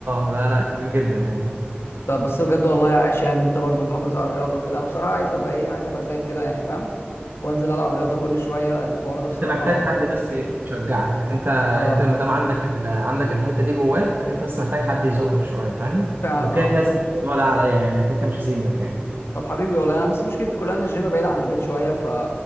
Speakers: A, on the right (about 55°); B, on the left (about 85°).
A: اه لا لا كبير جدا يعني
B: طب بس بجد والله عايش يعني انت برضو محافظ على الرياضه وكده انا بصراحه عايز ابقى ايه عايز ابقى زيك كده يعني فاهم وانزل العب رياضه كل شويه الحوار ده بصراحه
A: انت محتاج حد بس
B: مفيد
A: يشجعك انت
B: اه
A: انت ما دام عندك ال... عندك الحته دي جواك انت بس محتاج حد يزقك شويه فاهم
B: فعلا
A: وكده
B: اه
A: كده سيب الموضوع ده عليا يعني كده كده مش هسيبك يعني
B: طب حبيبي والله انا بس مشكلتي كلها ان الجيم بعيد عن البيت شويه ف